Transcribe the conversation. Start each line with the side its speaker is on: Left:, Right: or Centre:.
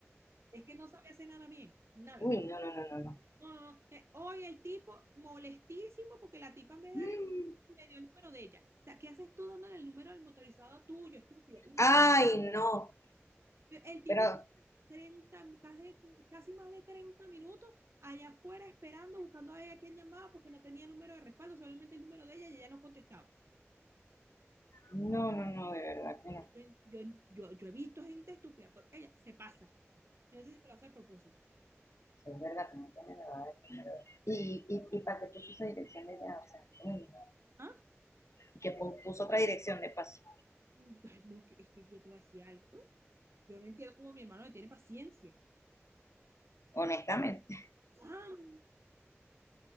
Right: Es que no sabe hacer nada bien, nada.
Left: Uy, no, no, no, no, no.
Right: No, no, no. Eh, Hoy el tipo molestísimo porque la tipa me da
Left: Mm.
Right: el- me dio el número de ella. O sea, ¿qué haces tú dándole el número del motorizado tuyo, estúpida? Y ni
Left: Ay, no,
Right: siquiera- el tipo
Left: pero
Right: 30 casi, casi más de 30 minutos allá afuera esperando, buscando a ella quien llamaba porque no tenía número de respaldo, solamente el número de ella y ella no contestaba.
Left: no, no, no, de verdad que no.
Right: Yo, yo, yo, yo he visto gente estúpida, pero ella se pasa. Yo no sé si lo hace al propósito.
Left: Es verdad que no tiene nada de número. Y, y, y para qué puso esa dirección de ya, o sea, uy, no.
Right: ¿Ah?
Left: Y que pu- puso otra dirección de paso,
Right: Mm, Ay, no, que- es que yo te voy a decir algo. Yo no entiendo cómo mi hermano le tiene paciencia.
Left: honestamente.
Right: ¿Cuándo?